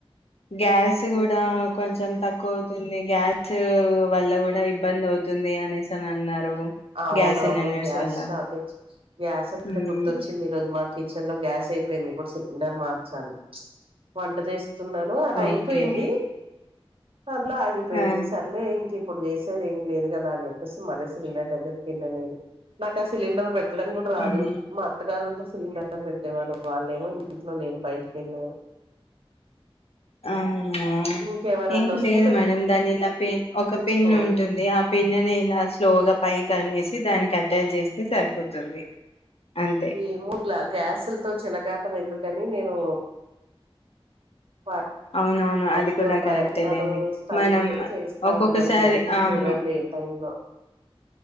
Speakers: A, on the left; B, on the right.
A: గ్యాస్ కూడా
B: ఏంటి
A: కొంచెం తక్ క్కువ అవుతుంది గ్యాస్ వల్ల కూడా ఇబ్బంది అవుతుంది అనేసి అని అన్నారు
B: అవునవును
A: గ్యాస్ సిలిండర్స్
B: గ్యాస్
A: వల్ల
B: షార్టేజ్ గ్యాస్ అంటే
A: హ్మ్.
B: గుర్తొచ్చింది ఈరోజు మా కిచెన్ లో గ్యాస్ అయిపోయింది ఇప్పుడు సిలిండర్ మార్చాలి వంట చేస్ తున్నాను అటు
A: ఓకే
B: అయిపోయింది దాంట్ల ఆగిపోయింది
A: ఆ
B: సర్లే ఇంక ఇప్పుడు చేసేది ఏం లేదు కదా అని చెప్పేసి మళ్ళసిలిర్ దగ్గరికెల్లాలేదు నాకు ఆ సిలిండర్ పెట్టడం కూడా రాదు
A: హ్మ్.
B: మా అత్తగారంటే సిలిండర్ పెట్టేవాళ్ళు వాళ్ళేమో ఇంట్లో లేరు బయటికి వెళ్ళారు
A: అవునా
B: ఇంకెవరన్నా
A: ఏం
B: వస్తే
A: లేదు మేడం దాని ఇలా పె
B: పెట్టించుకోవాలి
A: ఒక పెన్ ఉంటుంది ఆ పిన్నును ఇలా స్లోగా పై కనేసి దానికి అటాచ్ చేస్తే సరిపోతుంది అంతే
B: ఏమో గ్యాసులతో చేలట్ టం ఎందుకని నేను ఆ
A: అవునవును
B: వాటితో
A: అది కూడా
B: ప్రయోగాలు
A: కరెక్టే లేండి
B: స్టంత్
A: మనం
B: చేస్తా
A: ఒక్కొక్కసారి
B: ఉన్నారు మరి ఇంట్ల
A: అవును
B: ఎవరులేరు టైం లో